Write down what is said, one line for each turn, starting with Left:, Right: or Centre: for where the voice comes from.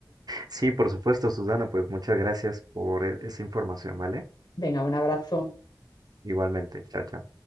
Right: Sí, por supuesto, Susana, pues muchas gracias por e- esa información, ¿vale?
Left: <laughs> Venga, un abrazo.
Right: Igualmente, chao, chao.